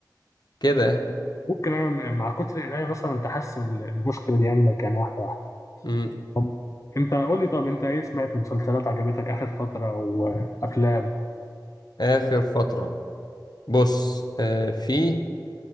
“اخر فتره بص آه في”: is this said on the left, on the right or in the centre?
Left